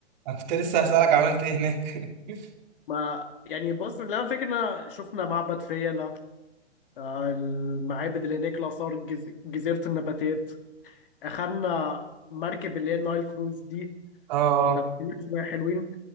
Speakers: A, on the right; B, on the left.
A: انا كنت لسه هسألك عملت ايه هناك <laughs>
B: ما يعني بص اللي أنا فاكر إن أنا شفنا معبد فيلة آه، المعابد اللي هناك الآثار الجز- جزيرة النباتات أخدنا مركب اللي هي النايل كروز دي
A: اه آه،
B: لفينا شوية حلوين